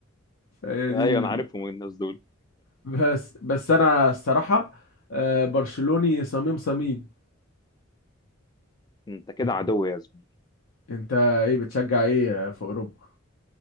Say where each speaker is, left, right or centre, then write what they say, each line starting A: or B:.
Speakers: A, on the left; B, on the left.
A: فهي
B: ايوه
A: دي ال...
B: انا عارفهم الناس دول
A: بس بس انا الصراحه آه، برشلوني صميم صميم
B: انت كده عدو يا زميلي
A: انت ايه بتشجع ايه في اوروبا